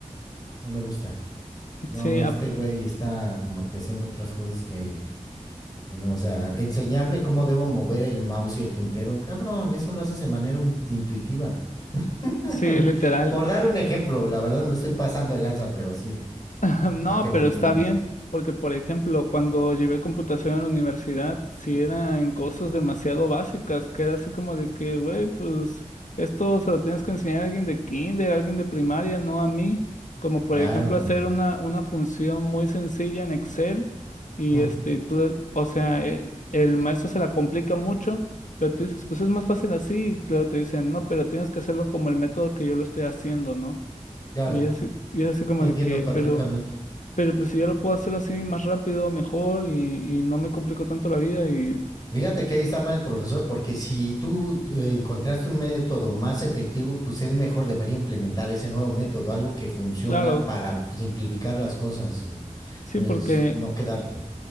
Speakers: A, on the left (about 30°); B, on the left (about 75°).
A: no me gusta. No,
B: sí,
A: este
B: ap-
A: güey está como que haciendo otras cosas que, que no. O sea, enseñarme cómo debo mover el mouse y el puntero. Cabrón, eso lo haces de manera in- intuitiva. <laughs>
B: sí, literal.
A: Por dar un ejemplo, la verdad no estoy pasando de lanza, pero sí,
B: <laughs> No,
A: para que me
B: pero
A: entiendas.
B: está bien, porque por ejemplo, cuando llevé computación en la universidad, sí eran cosas demasiado básicas, que era así como de que, güey, pues esto se lo tienes que enseñar a alguien de kinder, a alguien de primaria, no a mí, como por
A: Claro,
B: ejemplo hacer una, una función muy sencilla en Excel y
A: ujú,
B: este, tú, o sea, el, el maestro se la complica mucho, pero tú dices, pues es más fácil así, y luego te dicen, no, pero tienes que hacerlo como el método que yo lo estoy haciendo, ¿no?
A: claro,
B: Y es así, y es así como de
A: entiendo
B: que, pero...
A: perfectamente.
B: Pero pues si yo lo puedo hacer así más rápido, mejor y, y no me complico tanto la vida y
A: Fíjate que ahí está mal el profesor, porque si tú eh, encontraste un método más efectivo, pues él mejor debería implementar ese nuevo método, algo que funciona
B: claro,
A: para simplificar las cosas, güey.
B: sí,
A: Es
B: porque,
A: no quedarte.